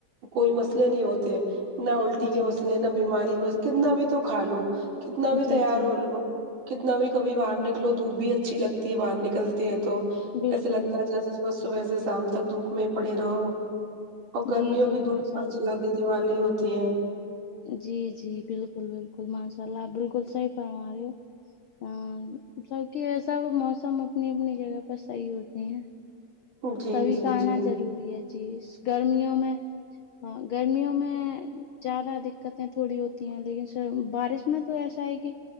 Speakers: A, on the right (about 80°); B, on the left (about 80°).
A: کوئی مسئلے نہیں ہوتے نہ الٹی کے
B: جی
A: مسئلے نہ بیماری کے مسئلے کتنا بھی تو کھا لو کتنا بھی
B: جی
A: تیار
B: جی
A: ہو لو کتنا بھی کبھی باہر نکلو دھوپ بھی اچھی لگتی ہے باہر نکلتی ہیں تو
B: بالکل
A: ایسے لگتا
B: بالکل
A: ہے جس و صبح سے شام تک دھوپ میں پڑے رہو اور گرمیوں
B: جی جی
A: کی
B: ماشاء
A: دوپ
B: اللہ
A: جلا دینے والی ہوتی ہیں
B: جی جی بالکل بالکل ماشاء اللہ بالکل صحیح فرما رہی ہو ہاں سب کی ایسا موسم اپنی اپنی جگہ پر صحیح ہوتے ہیں
A: جی
B: سبھی
A: جی
B: کا
A: جی
B: آنا ضروری ہے جی گرمیوں میں ہاں گرمیوں میں زیادہ دقتیں تھوڑی ہوتی ہیں لیکن بارش اتنا تو ایسا ہے کہ